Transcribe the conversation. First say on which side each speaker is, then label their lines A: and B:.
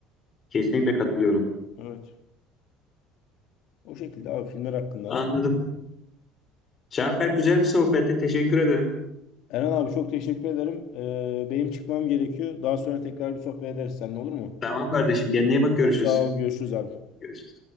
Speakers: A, on the left; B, on the left.
A: Kesinlikle katılıyorum.
B: Evet. O şekilde abi filmler hakkında
A: Anladım.
B: da.
A: Canberk güzel bir sohbetti. Teşekkür ederim.
B: Eren abi çok teşekkür ederim. Ee, benim çıkmam gerekiyor. Daha sonra tekrar bir sohbet ederiz seninle olur mu?
A: Tamam kardeşim. Kendine iyi bak. Görüşürüz.
B: Çok sağ ol. Görüşürüz abi.
A: Görüşürüz.